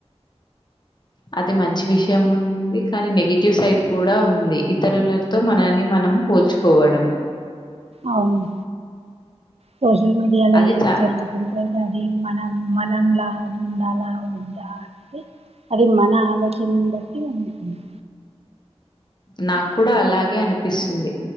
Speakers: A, on the left; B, on the right.
A: అది మంచి విషయం ఉంది. కానీ నెగిటివ్ సైడ్ కూడా ఉంది ఇతరులతో మనని మనం పోల్చుకోవడం <inaudible>
B: అవును సోషల్ మీడియాలో
A: అది
B: ఏం
A: చ
B: జరుగుతుంది అది మనం మనంలా ఉండాలా వద్దా అనేది అది మన ఆలోచనను బట్టి ఉంటుంది
A: నాకు కూడా అలాగే అనిపిస్తుంది